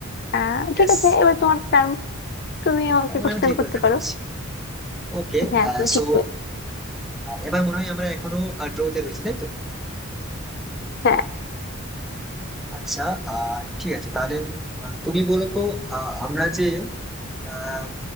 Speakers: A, on the left; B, in the centre.
A: আহ
B: ইয়েস
A: ঠিক আছে এবার তোমার টার্ম তুমি আমাকে
B: তার মানে
A: কোশ্চেন
B: আমি ঠিক
A: করতে
B: বলতে
A: পারো
B: পারছি ওকে
A: হ্যাঁ তুমি
B: সো
A: ঠিক বলে
B: এবার মনে হয় আমরা এখনো ড্রোতে রয়েছি তাই তো
A: হ্যাঁ
B: আচ্ছা আহ ঠিক আছে তাহলে আহ, তুমি বলো তো আহ, আমরা যে আহ